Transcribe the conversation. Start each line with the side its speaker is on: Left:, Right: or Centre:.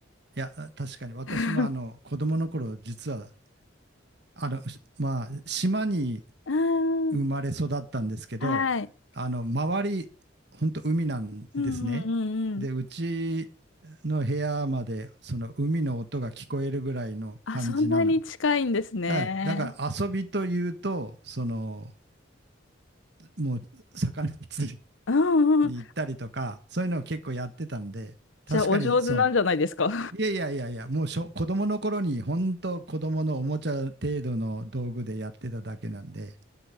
Right: いや、確かに私もあの、
Left: <laughs>
Right: 子供の頃、実は、あの、まあ、島に
Left: うん、
Right: 生まれ育ったんですけど、
Left: はい。
Right: あの、周り、本当海なんですね。
Left: うんうんうんうん。
Right: で、うちの部屋まで、その海の音が聞こえるぐらいの感じなん。
Left: あ、そんなに近いんですね。
Right: はい。だから遊びというと、その、もう魚釣り
Left: うんうん。
Right: に行ったりとか、そういうのを結構やってたんで、確かにその、
Left: じゃあ、お上手なんじゃないですか。
Right: いやいやいやいや、もうしょ子供の頃に本当子供のおもちゃ程度の道具でやってただけなんで、